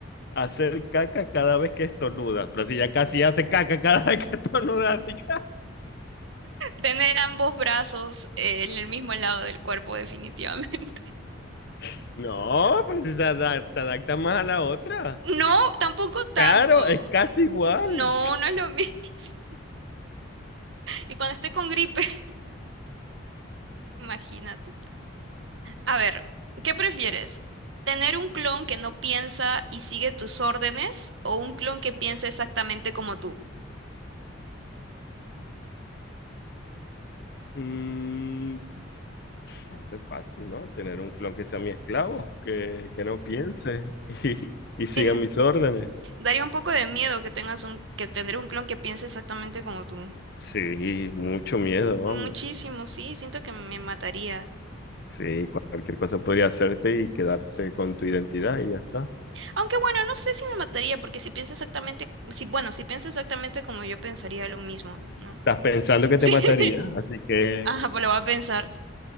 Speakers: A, on the left; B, on the right.
A: hacer caca cada vez que estornuda? Pero si ya casi hace caca cada <laughs> vez que estornuda. así que-
B: Tener ambos brazos eh, en el mismo lado del cuerpo, definitivamente. <laughs>
A: <laughs> No, pero si se adapta, adapta más a la otra.
B: No, tampoco tanto.
A: Claro, es casi igual.
B: No, no es lo mismo. <laughs> Y cuando esté con gripe, <laughs> imagínate. A ver, ¿qué prefieres? ¿Tener un clon que no piensa y sigue tus órdenes o un clon que piensa exactamente como tú?
A: Mm, Bueno, Eso es fácil, ¿no? Tener un clon que sea mi esclavo, que, que no piense <laughs> y, y siga
B: Eh,
A: mis órdenes.
B: daría un poco de miedo que tengas un, que tener un clon que piense exactamente como tú.
A: Sí, mucho miedo,
B: Muchísimo,
A: vamos.
B: sí, siento que me mataría.
A: Sí, cualquier cosa podría hacerte y quedarte con tu identidad y ya está.
B: Aunque bueno, no sé si me mataría, porque si piensa exactamente, si, bueno, si piensa exactamente como yo pensaría lo mismo, ¿no?
A: Estás
B: <laughs>
A: pensando que
B: Sí.
A: te mataría, así que,
B: Ah, pues lo va a pensar.